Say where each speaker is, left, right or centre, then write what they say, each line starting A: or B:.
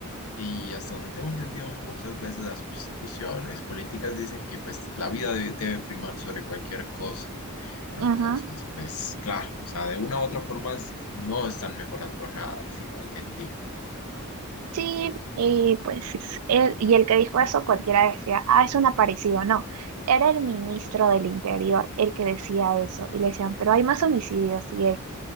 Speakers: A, on the left; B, on the right.
A: y hasta donde tengo entendido muchas veces las constituciones políticas dicen que, pues, la vida debe, debe primar sobre cualquier cosa, entonces,
B: ajá.
A: pues, claro, o sea, de una u otra forma es- no están mejorando nada al final del día.
B: Sí, y pues él, y el que dijo eso, cualquiera decía, ah, es un aparecido. No, era el ministro del Interior el que decía eso. Y le decían, pero hay más homicidios. Y él,